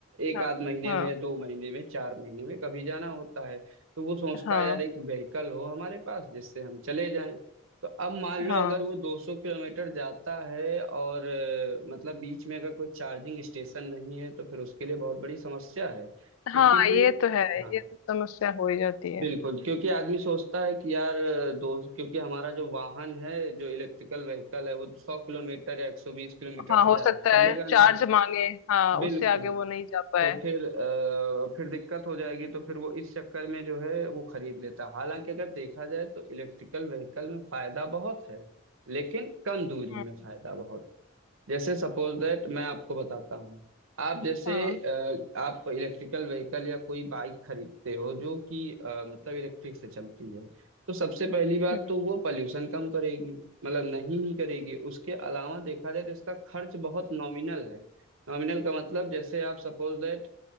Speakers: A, on the right (about 75°); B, on the left (about 80°).
A: एक
B: हाँ
A: आध महीने
B: हाँ
A: में दो महीने में चार महीने में कभी जाना होता है तो वो सोचता
B: हाँ
A: है यार एक व्हीकल हो हमारे पास जिससे हम चले जाएं तो अब मान लो
B: हाँ
A: अगर वो 200 किलोमीटर जाता है और अ, मतलब बीच में अगर कोई चार्जिंग स्टेशन नहीं है तो फिर उसके लिए बहुत बड़ी समस्या है क्योंकि
B: हाँ
A: फिर
B: ये तो है
A: हाँ
B: ये तो समस्या हो ही जाती है
A: बिल्कुल क्योंकि आदमी सोचता है कि यार अ, दो क्योंकि हमारा जो वाहन है जो इलेक्ट्रिकल व्हीकल है वो सौ किलोमीटर या एक सौ बीस किलोमीटर
B: हाँ
A: से
B: हो
A: ज्यादा
B: सकता
A: चलेगा
B: है
A: नहीं
B: चार्ज मांगे हाँ
A: बिल्कुल
B: उससे आगे वो नहीं जा पाए
A: तो फिर अ, फिर दिक्कत हो जाएगी तो फिर वो इस चक्कर में जो है वो खरीद लेता हालांकि अगर देखा जाए तो इलेक्ट्रिकल व्हीकल में फायदा बहुत है लेकिन कम दूरी
B: हम्म
A: में फायदा बहुत है जैसे सपोज दैट मैं आपको बताता हूँ आप जैसे
B: हाँ
A: अ, आप इलेक्ट्रिकल व्हीकल या कोई बाइक खरीदते हो जो कि अ, मतलब इलेक्ट्रिक से चलती है तो सबसे पहली बात
B: हम्म
A: तो वो पॉल्यूशन कम करेगी मतलब नहीं ही करेगी उसके अलावा देखा जाए तो इसका खर्च बहुत नॉमिनल है नॉमिनल का मतलब जैसे आप सपोज दैट